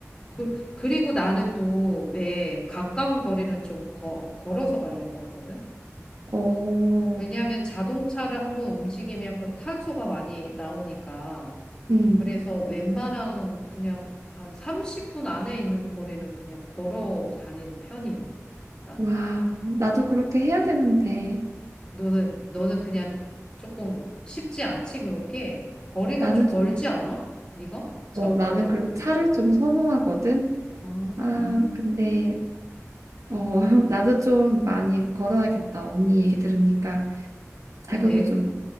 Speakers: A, on the left (about 15°); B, on the right (about 75°).
A: 그, 그리고 나는 또 왜 가까운 거리는 좀 거, 걸어서 가려고 하거든?
B: 오,
A: 왜냐하면 자동차를 한번 움직이면 그 탄소가 많이 나오니까.
B: 음,
A: 그래서 웬만한 그냥 한 30분 안에 있는 거리는 그냥 걸어 다니는 편이야. 나는.
B: 와, 나도 그렇게 해야 되는데,
A: 너는, 너는 그냥 조금 쉽지 않지, 그런 게? 거리가
B: 나는
A: 좀
B: 좀,
A: 멀지 않아? 네가? 장
B: 어, 나는
A: 보러 가고
B: 그래서
A: 이런
B: 차를
A: 게?
B: 좀 선호하거든?
A: 아,
B: 아, 근데, 어, <laughs> 나도 좀 많이 걸어야겠다. 언니 얘기 들으니까 자극을
A: 어, 내,
B: 좀,